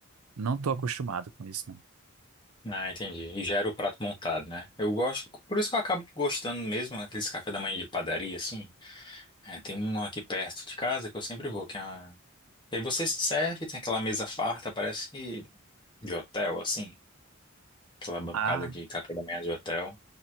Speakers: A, on the right; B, on the left.
A: Não tô acostumado com isso, não.
B: Ah, entendi. E já era o prato montado, né? Eu gosto, por isso que eu acabo gostando mesmo aqueles café da manhã de padaria, assim. É, tem um aqui perto de casa que eu sempre vou, que é uma... E aí você se serve, tem aquela mesa farta, parece de hotel, assim. Aquela bancada
A: Ah,
B: de café da manhã de hotel.